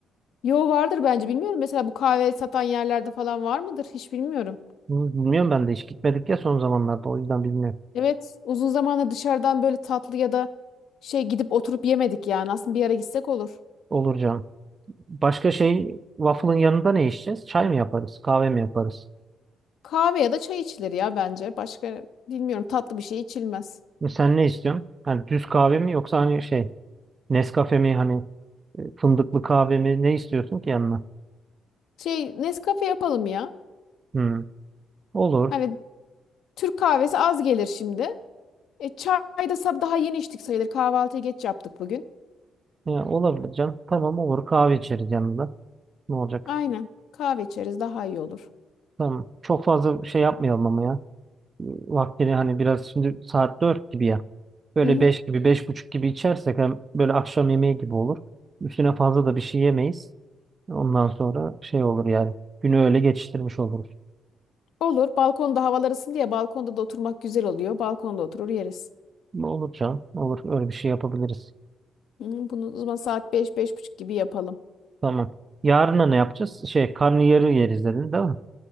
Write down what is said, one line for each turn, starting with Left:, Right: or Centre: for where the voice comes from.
Left: Yo vardır bence bilmiyorum. Mesela bu kahve satan yerlerde falan var mıdır? Hiç bilmiyorum.
Right: Hmm, Bilmiyorum ben de hiç gitmedik ya son zamanlarda. O yüzden bilmiyorum.
Left: Evet uzun zamandır dışarıdan böyle tatlı ya da şey gidip oturup yemedik yani. Aslında bir ara gitsek olur.
Right: Olur canım. Başka şey waffle'ın yanında ne içeceğiz? Çay mı yaparız? Kahve mi yaparız?
Left: Kahve ya da çay içilir ya bence. Başka bilmiyorum tatlı bir şey içilmez.
Right: Sen ne istiyorsun? Hani düz kahve mi yoksa hani şey Nescafe mi hani e, fındıklı kahve mi ne istiyorsun ki yanına?
Left: Şey Nescafe yapalım ya.
Right: Hmm, Olur.
Left: Hani Türk kahvesi az gelir şimdi. E, çay da sab- daha yeni içtik sayılır. Kahvaltıyı geç yaptık bugün.
Right: Ya, olabilir canım. Tamam olur kahve içeriz yanında. Ne olacak?
Left: Aynen. Kahve içeriz daha iyi olur.
Right: Tamam. Çok fazla şey yapmayalım ama ya. vaktini hani biraz şimdi saat 4 gibi ya. Böyle
Left: Hı hı.
Right: 5 gibi, beş buçuk gibi içersek hem böyle akşam yemeği gibi olur. Üstüne fazla da bir şey yemeyiz. Ondan sonra şey olur yani. Günü öyle geçiştirmiş oluruz.
Left: Olur. Balkonda havalar ısındı ya balkonda da oturmak güzel oluyor. Balkonda oturur yeriz.
Right: Olur canım. Olur. Öyle bir şey yapabiliriz.
Left: Hı, bunu o zaman saat 5 beş buçuk gibi yapalım.
Right: Tamam. Yarına ne yapacağız? Şey karnıyarı yeriz dedin değil mi?